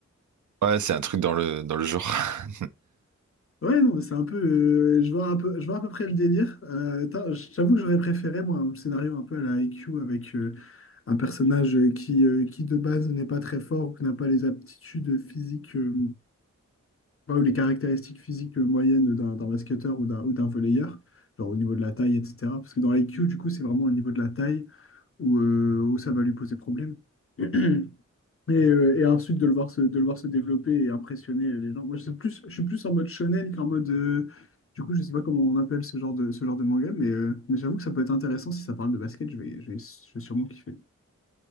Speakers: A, on the right (about 80°); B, on the left (about 45°).
A: Ouais, c'est un truc dans le, dans le genre. <laughs>
B: Ouais, non, mais c'est un peu. euh, je vois un peu, je vois à peu près le délire. Euh, tain, je t'avoue que j'aurais préféré, moi, un scénario un peu à la IQ avec euh, un personnage euh, qui, euh, qui, de base, n'est pas très fort ou qui n'a pas les aptitudes physiques euh, enfin, ou les caractéristiques physiques euh, moyennes d'un d'un basketteur ou d'un ou d'un volleyeur, genre au niveau de la taille, etc. Parce que dans l'IQ, du coup, c'est vraiment au niveau de la taille où, euh, où ça va lui poser problème. <clears throat> Et, euh, et ensuite de le voir se, de le voir se développer et impressionner les gens. Moi, je suis plus, je suis plus en mode shonen qu'en mode. euh, du coup, je sais pas comment on appelle ce genre de, ce genre de manga, mais, euh, mais j'avoue que ça peut être intéressant si ça parle de basket. Je vais, je vais, je vais sûrement kiffer.